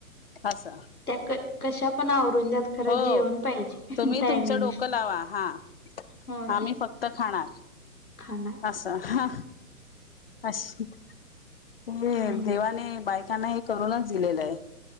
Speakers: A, on the left (about 45°); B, on the left (about 80°).
A: अस.
B: त्या क-कश्या पण आवरून द्यात खरं
A: हो
B: जेवण पाहिजे
A: तुम्ही
B: टायमिंग.
A: तुमचं डोकं लावा हा
B: होय
A: आम्ही फक्त खाणारं.
B: खाणार
A: अस हा अशी. हे
B: हम्म
A: देवाने बायकांना ऐक करुनच दिलेल आहे